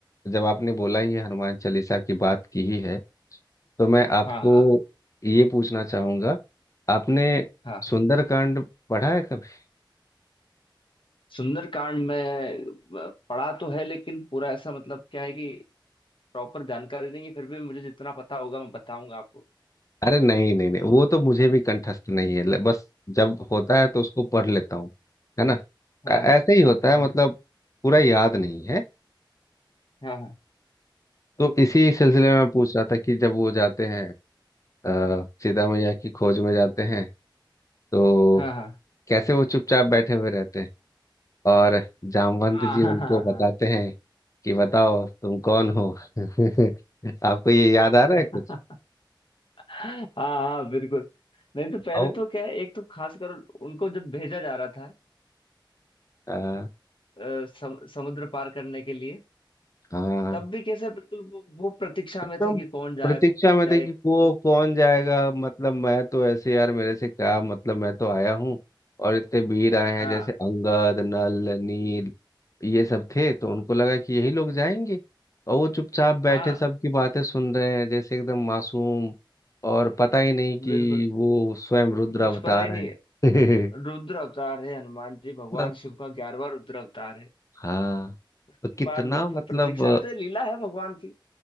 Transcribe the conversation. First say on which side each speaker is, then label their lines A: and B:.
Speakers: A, on the left; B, on the left.
A: जब आपने बोला ही है, हनुमान चालीसा की बात की ही है तो मैं आपको
B: हाँ हाँ
A: ये पूछना चाहूंगा आपने
B: हाँ
A: सुंदरकांड पढ़ा है कभी
B: सुंदरकांड में अ, पढ़ा तो है लेकिन पूरा ऐसा मतलब क्या है कि प्रॉपर जानकारी नहीं है फिर भी मुझे जितना पता होगा मैं बताऊंगा आपको
A: अरे नहीं नहीं नहीं वो तो मुझे भी कंठस्थ नहीं है ल- बस जब होता है तो उसको पढ़ लेता हूँ है ना
B: हाँ
A: ऐ-
B: हाँ
A: ऐसे ही होता
B: हम्म
A: है मतलब पूरा याद नहीं है
B: हाँ हाँ
A: तो इसी सिलसिले में मैं पूछ रहा था कि जब वो जाते हैं अ, सीता मैया की खोज में जाते हैं तो
B: हाँ हाँ
A: कैसे वो चुपचाप बैठे हुए रहते हैं और जामवंत
B: हाँ
A: जी
B: हाँ
A: उनको
B: हाँ हाँ हाँ
A: बताते हैं कि बताओ तुम कौन हो <laughs> आपको ये याद आ रहा है कुछ
B: <laughs> हाँ, हाँ, बिल्कुल नहीं तो पहले
A: आओ
B: तो क्या है एक तो खासकर उनको जब भेजा जा रहा था
A: अ,
B: अ, सम, समुद्र पार करने के लिए
A: हाँ
B: तब भी कैसे बिल्कुल वो, वो प्रतीक्षा
A: एकदम
B: में थे कि कौन जाए
A: प्रतीक्षा
B: कौन
A: में थे
B: जाए
A: कि
B: तो
A: को कौन जाएगा मतलब मैं तो ऐसे यार मेरे से क्या मतलब मैं तो आया हूँ और इतने वीर आए हैं
B: हाँ
A: जैसे अंगद नल नील ये सब थे तो उनको लगा कि यही लोग जाएंगे और वो चुपचाप बैठे
B: हाँ
A: सबकी बातें सुन रहे हैं जैसे एकदम मासूम और पता ही नहीं कि
B: बिल्कुल
A: वो स्वयं रुद्र
B: कुछ
A: अवतार
B: पता ही नहीं
A: हैं <laughs>
B: रुद्र अवतार है हनुमान जी भगवान
A: मतलब
B: शिव का ग्यारहवा रुद्र अवतार है
A: हाँ
B: उसके
A: तो कितना
B: बाद वो
A: मतलब
B: खुद प्रतीक्षा करते हैं, लीला है भगवान की